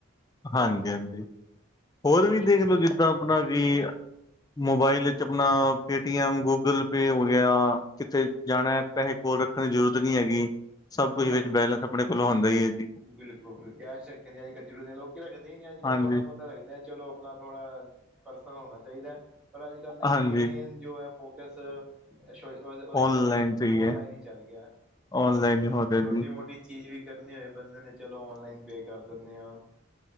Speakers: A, on the left; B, in the centre.
A: ਹਾਂਜੀ ਹਾਂਜੀ ਹੋਰ ਵੀ
B: ਕੁਛ
A: ਦੇਖ ਲਓ ਜਿੱਦਾਂ ਆਪਣਾ ਕਿ ਮੋਬਾਈਲ ਇੱਚ ਆਪਣਾ ਪੇਟੀਐਮ ਗੂਗਲ ਪੇ ਹੋ ਗਿਆ ਤੇ ਥੇ ਜਾਣਾ ਪੈਹੇ ਕੋਲ ਰੱਖਣ ਦੀ ਜ਼ਰੂਰਤ ਨੀ ਹੈਗੀ ਸਭ ਕੁੱਛ
B: ਹਾਂ
A: ਵਿੱਚ ਬੈਲੇੈਂਸ ਆਪਣੇ ਕੋਲੋਂ ਹੁੰਦਾ ਹੀ ਹੈ ਜੀ
B: ਬਿਲਕੁਲ ਕੈਸ਼ ਰੱਖਣ ਦੀ ਅਜ ਕੱਲ ਜ਼ਰੂਰੀ ਲੋਕੀ ਰਖਦੇ ਨੀ ਅਜੱਕਲ
A: ਹਾਂਜੀ
B: ਥੋੜ੍ਹਾ ਬਹੁਤ ਲੱਗਦਾ ਚਲੋ ਆਪਣਾ ਥੋੜ੍ਹਾ ਪਰਸਨਲ ਹੋਣਾ ਚਾਹੀਦਾ ਹੈ ਪਰ ਏਹੋ ਜਈ ਕੱਲ ਦੇ
A: ਹਾਂਜੀ
B: ਮੇਨ ਜੋ ਹੈ ਫੋਕ ਕਸ <unintelligible> ਉਹਦਾ ਹੀ
A: ਔਨਲਾਈਨ
B: ਚੱਲ ਗਿਆ
A: ਤੇ
B: ਔਨਲਾਈਨ
A: ਹੈ।
B: ਹੀ ਚੱਲ ਗਿਆ
A: ਔਨਲਾਈਨ ਹੀ ਹੋ ਰਿਹਾ
B: ਛੋਟੀ
A: ਜੀ
B: ਮੋ ਮੋਟੀ ਚੀਜ਼ ਵੀ ਕਰਨੀ ਹੋਏ ਬੰਦੇ ਨੇ ਚਲੋ ਔਨਲਾਈਨ ਪੇ ਕਰ ਦੇਣੇ ਆਂ